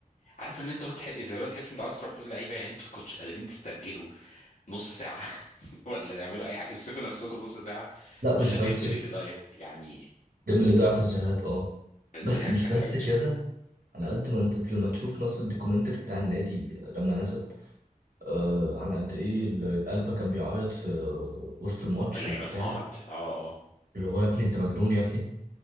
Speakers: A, on the left; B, on the right.
A: عارف ان انت تح... اللي هو تحس انت عايز تروح تقول للعيبه يعني انتوا ما كنتش قادرين تسترجلوا نص ساعة <laughs> ولا تعملوا أي حاجة امسكوا نفسكم نص ساعة
B: لا
A: ولا
B: مش
A: ديمبلي
B: بس
A: اللي ضايع يعني
B: ديمبلي ضاع في الذهاب اه
A: الذهاب
B: بس مش
A: كانت
B: بس
A: حاجة
B: كده
A: تشكل
B: على قد ما انت لما تشوف مثلا الدوكيومنتري بتاع النادي لما نزل آه على قد ايه ال- القلب كان بيعيط في وسط الماتش
A: اللعيبة
B: وبتاع
A: انهارت اه اه
B: اللي هو يا ابني انت مجنون يا ابني